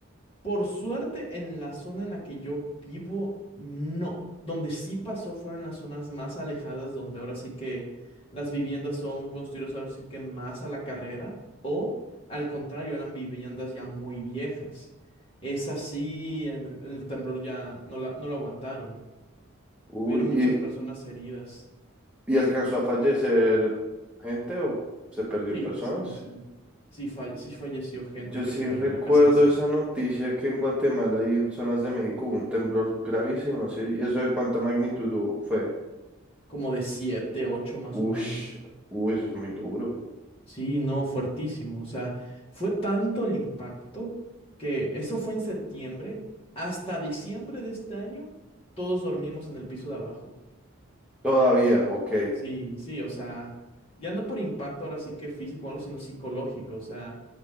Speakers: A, on the left; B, in the centre.
A: Por suerte, en la zona en la que yo vivo, no. Donde sí pasó fueron las zonas más alejadas, donde ahora sí que las viviendas son construidas ahora sí que más a la carrera, o al contrario, eran viviendas ya muy viejas. Es así, en el, en el temblor ya no la, no lo aguantaron.
B: Uy,
A: Hubieron muchas personas heridas.
B: ¿Y alcanzó a fallecer gente o se perdió
A: Sí,
B: personas?
A: sí, sí. Sí, fa- sí falleció gente
B: Yo
A: que
B: sí
A: le cayó
B: recuerdo
A: la casa encima.
B: esa noticia que en Guatemala y en zonas de México hubo un temblor gravísimo, ¿sí? ¿Y eso de cuánta magnitud hubo? Fue,
A: Como de siete, ocho más
B: uff,
A: o menos.
B: uy, eso es muy duro.
A: Sí, no, fuertísimo. O sea, fue tanto el impacto que eso fue en septiembre. Hasta diciembre de este año, todos dormimos en el piso de abajo.
B: Todavía, ok.
A: Sí, sí, o sea, ya no por impacto ahora sí que físico, o algo, sino psicológico. O sea,